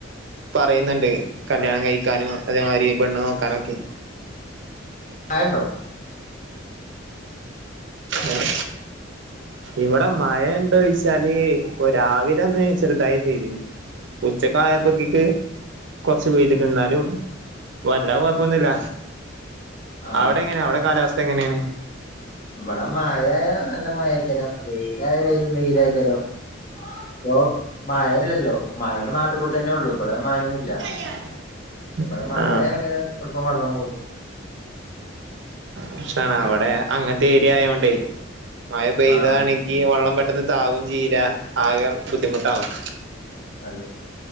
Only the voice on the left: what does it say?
ആയണ്ടോ
ആ
ഇവിടെ മായായ നല്ല മായ ആക്കരം വെയിലായ വരും വെയിലായിക്കരോ ഇപ്പ മായല്ലല്ലോ മായപ്പോ നാട്ടും പുറത്ത് തന്നെ ഉള്ളു ഇവിടെ മാഴയൊന്നുമില്ല
ഇവിടെ മഴയാ
ണെങ്കില് എളുപ്പ വെള്ളം പോന്തും
ആഹ്
അതെ